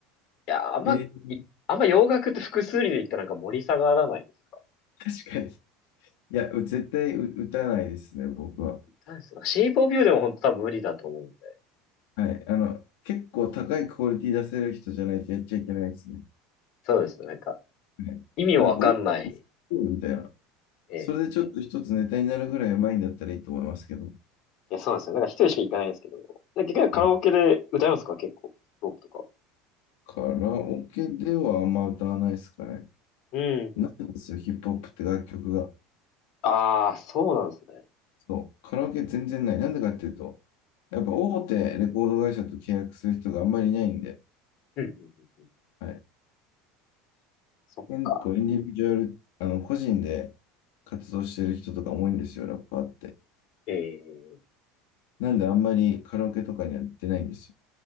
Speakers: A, on the left; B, on the left.
A: いや、あんま、
B: えー
A: いあんま洋楽って複数人で行ったらなんか盛り下がらないですか
B: 確かに。いや、う絶対う歌えないですね、僕は。
A: 何ですか ?Shape of You でも本当多分無理だと思うんで。
B: はい。あの、結構高いクオリティ出せる人じゃないとやっちゃいけないですね。
A: そうですね。なんか、
B: はい。
A: 意味わかんない。
B: なんか、お、おみたいな。
A: ええ。
B: それでちょっと一つネタになるぐらいうまいんだったらいいと思いますけど。
A: いや、そうなんですよ。なんか一人しか行かないんですけど。で結局カラオケで歌いますか結構。
B: はい。
A: ヒップホップとか。
B: カラオケではあんま歌わないですかね。
A: うん。うん
B: ないんですよ、ヒップホップって楽曲が。
A: ああ、そうなんですね。
B: そう、カラオケ全然ない。なんでかっていうと、やっぱ大手レコード会社と契約する人があんまりいないんで、
A: うんうんうんうん
B: はい。
A: そっか。
B: 結構インディビジュアル、あの、個人で活動してる人とか多いんですよ、ラッパーって。
A: ええ。
B: なんであんまりカラオケとかには行ってないんです